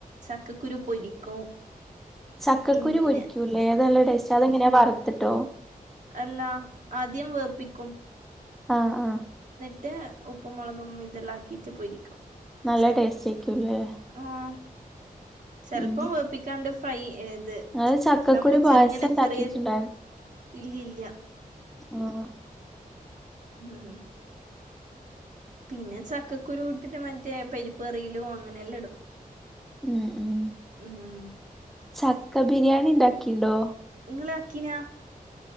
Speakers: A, on the right; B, in the centre.
A: ചക്കക്കുരു പൊരിക്കും
B: ചക്കക്കുരു
A: പിന്നെ
B: പൊരിക്കൂലേ അത് നല്ല ടേസ്റ്റ് അതെങ്ങനെയാ വറുത്തിട്ടോ?
A: അല്ലാ ആദ്യം വേപ്പിക്കും
B: ആഹ് ആഹ്
A: ട്ട് ഉപ്പും മുളകും ഇതെല്ലാം ആക്കിയിട്ട് പൊരി ക്കും
B: നല്ല
A: ചെല്
B: ടേസ്റ്റ് ആയിരിക്കുംല്ലേ
A: ആഹ് ചെല്പ്പം
B: ഉം
A: വേപ്പിക്കാണ്ട് ഫ്രൈ ഇത്
B: ഞങ്ങള് ചക്കക്കുരു
A: നമ്മള്
B: പായസം
A: ചെറിങ്ങനെ
B: ഉണ്ടാക്കിട്ടുണ്ടായിരുന്നു
A: ചെറിയ ഇല്ലയില്ല
B: ആഹ്
A: ഉം പിന്നെ ചക്കക്കുരു ഇട്ടിട്ട് മറ്റേ പരിപ്പേറിയിലും അങ്ങനെ എല്ലാം ഇടും
B: ഉം ഉം
A: ഉ ഉ
B: ചക്ക ബിരിയാണി ഉണ്ടാക്കിണ്ടോ?
A: നിങ്ങള് ആക്കീനാ?